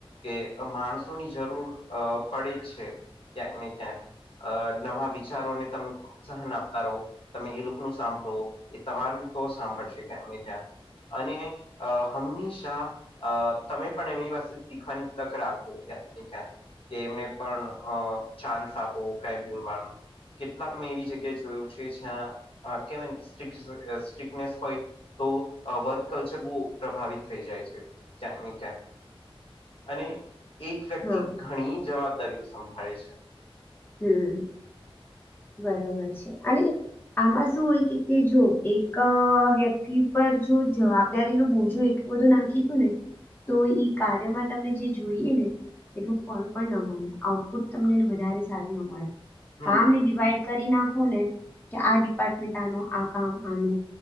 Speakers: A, on the left; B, on the left.
A: કે માણસોની જરૂર અ પડે જ છે. ક્યાંક ને ક્યાંક અ નવા વિચારોને તમે પ્રોત્સાહન આપતા રહો તમે એ લોકો નું સાંભળો એ તમારું તો સાંભળશે કે ક્યાંક ને ક્યાંક અને અ હંમેશા અ તમે પણ એમની પાસે શીખવાની તક રાખો ક્યાંક ને ક્યાંક. કે એમને પણ અ ચાન્સ આપો કાઈ બોલવાનું કેટલાક મેં એવી જગ્યાએ જોયું છે જ્યાં કેવાય સ્ટ્રીક અ સ્ટ્રીકનેસ હોય તો અ વર્ક કલ્ચર બહુ પ્રભાવિત થઈ જાય છે ક્યાંક ને ક્યાંક. અને એક વ્યક્તિ
B: હા
A: ઘણી જવાબદારીઓ સંભાળે છે.
B: હમ્મ, બરોબર છે અને આમાં શું હોય કે જો એક અ વ્યક્તિ પર જો જવાબદારી નો બોજો એટ બધું નાખી દો ને તો ઈ કાર્યમાં તમને જે જોઈએ ને એટલું ફળ પણ ન મળે આઉટપુટ તમને ને વધારે સારું ના મળે.
A: હમ
B: કામ ને ડિવાઈડ કરી નાખો ને કે આ ડિપાર્ટમેન્ટ આનું, આ કામ આનું